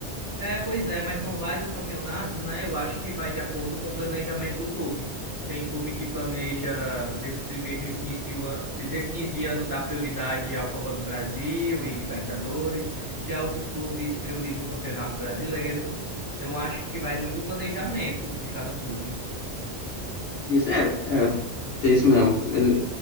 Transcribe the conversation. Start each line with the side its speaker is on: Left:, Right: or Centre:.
Right: É, pois é, mas são vários campeonatos, né? Eu acho que vai de acordo com o planejamento do clube. Tem clube que planeja nesse primeiro, nesse início de, um an- de- nesse início de ano dá prioridade à Copa do Brasil e Libertadores. Já outros clubes priorizam o Campeonato Brasileiro. Então acho que vai muito do planejamento de cada clube.
Left: Isso, é, é, tem isso mesmo. Mas,